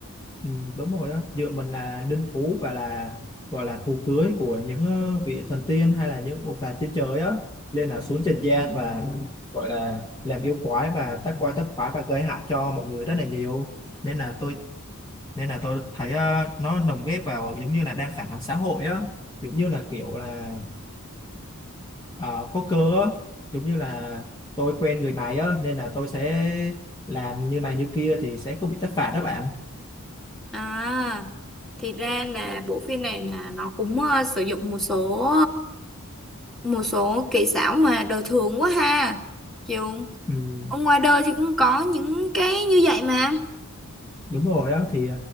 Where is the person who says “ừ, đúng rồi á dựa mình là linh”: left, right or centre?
Left